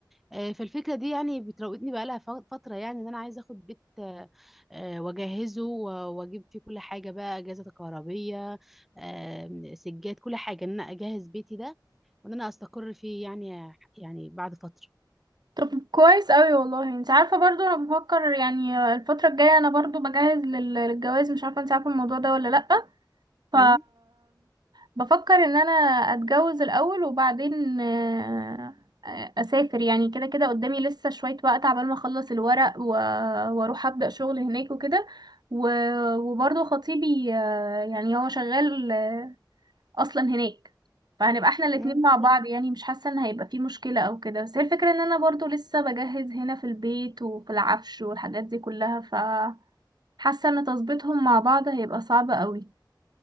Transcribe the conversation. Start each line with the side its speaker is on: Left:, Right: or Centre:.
Centre: آه، فالفكرة دي يعني بتراودني بقالها ف- فترة يعني ان انا عايزة اخد بيت آه، آه، واجهزه و- واجيب فيه كل حاجة بقى اجهزة كهربية آه، سجاد كل حاجة ان انا اجهز بيتي ده وان انا استقر فيه يعني يعني بعد فترة
Right: طب كويس قوي والله انت عارفه برضو انا بفكر يعني الفتره الجايه انا برضو بجهز لل- للجواز مش عارفه انت عارفه الموضوع ده ولا لا ف
Centre: امم
Right: بفكر ان انا اتجوز الاول وبعدين آه، اسافر يعني كده كده قدامي لسه شويه وقت عبال ما اخلص الورق و- واروح ابدا شغل هناك وكده و- وبرضو خطيبي آه، يعني هو شغال اصلا هناك فهنبقى احنا الاتنين
Centre: امم
Right: مع
Centre: ايه
Right: بعض
Centre: ده
Right: يعني مش حاسه ان هيبقى في مشكله او كده بس هي الفكره ان انا برضو لسه بجهز هنا في البيت وفي العفش والحاجات دي كلها ف حاسه ان تظبيطهم مع بعض هيبقى صعب قوي